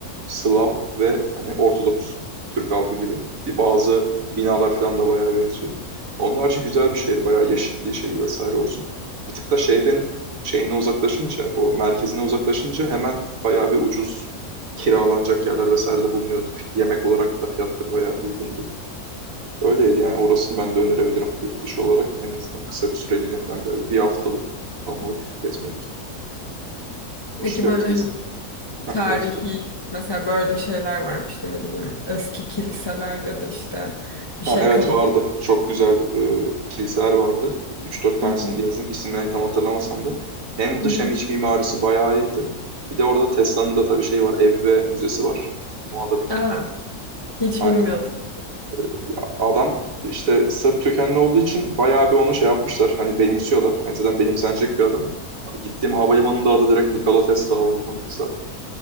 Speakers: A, on the right (about 60°); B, on the left (about 25°).
A: Slav ve hani Ortodoks Türk halkı gibi. Bazı binalar falan da bayağı benziyor. Onun harici güzel bir şehir. Bayağı yeşilliği şeyi vesaire olsun. Bir tık da şehrin şeyine uzaklaşınca, o merkezine uzaklaşınca hemen bayağı bir ucuz kiralanacak yerler vesaire de bulunuyordu. Fi- Yemek olarak da fiyatları bayağı uygundu. Öyleydi yani orasını ben de önerebilirim yurt dışı olarak. En azından kısa bir süreliğine falan böyle bir haftalık kalmalık gezmelik. Hoş
B: Peki
A: bir
B: böyle
A: yer.
B: hani
A: Ha,
B: tarihi
A: evet söyledim.
B: mesela böyle şeyler varmış işte ne bileyim eski kiliseler ya da işte bir
A: Ha,
B: şey
A: evet
B: kalın.
A: vardı. Çok güzel e, kiliseler vardı. Bir- Üç dört tanesini
B: <laughs> Hı hı,
A: gezdim. İsimlerini tam hatırlamasam da. Hem dış
B: hı hı.
A: hem iç mimarisi bayağı iyiydi. Bir de orada Tesla'nın da tabii şeyi var. Ev ve müzesi var. Ona da bir gittim.
B: Aa, hiç
A: Aynen.
B: bilmiyordum.
A: E, ya adam işte Sırp kökenli olduğu için bayağı bir onu şey yapmışlar. Hani benimsiyorlar. Hani zaten benimsenecek bir adam. Gittiğim havalimanının da adı direkt Nikola Tesla Havalimanı zaten.